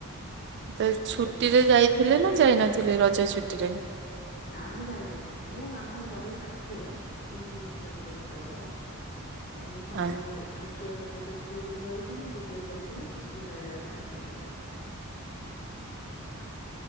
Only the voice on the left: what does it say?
ମୁଁ
ଯାଇପାରୁନି।
ନାଁ ମୁଁ ଯାଇନଥିଲି ମୁଁ ଆମ ଘର ଏଇ ପାଖେରେ। ଦି ତିନି କିଲୋମିଟର ଭିତରେ ହବ ତ ମୁଁ ସଞ୍ଜବେଳେ
ମାନେ ଛୁଆ ସବୁ ଯେତେବେଳେ ସ୍କୁଲକୁ ପଳେଇଥିଲେ ମୁଁ ସେତେବେଳେ ଯାଇଥିଲି ସେ ସ୍କୁଲ ଆଇଲା ବେଳକୁ ମୁଁ ଆସି ଘରେ ହାଜର।